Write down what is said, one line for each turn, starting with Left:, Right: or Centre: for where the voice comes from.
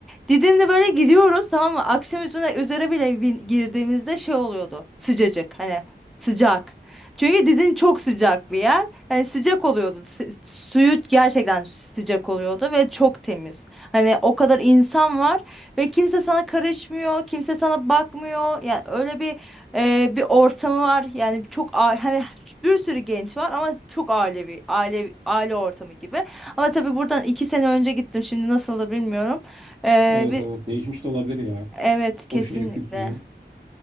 Centre: Didim'de böyle gidiyoruz tamam mı? Akşam üzere, üzere bile bin- girdiğimizde şey oluyordu. Sıcacık hani sıcak. Çünkü Didim çok sıcak bir yer. Hani sıcak oluyordu. Sı- suyu gerçekten sıcak oluyordu ve çok temiz. Hani o kadar insan var ve kimse sana karışmıyor, kimse sana bakmıyor. Yani öyle bir e, bir ortamı var. Yani çok a- hani bir sürü genç var ama çok ailevi, aile aile ortamı gibi. Ama tabii buradan iki sene önce gittim. Şimdi nasıldır bilmiyorum. Ee,
Right: Evet
Centre: bir,
Right: evet değişmiş de olabilir ya.
Centre: evet kesinlikle.
Right: O şeye kültürü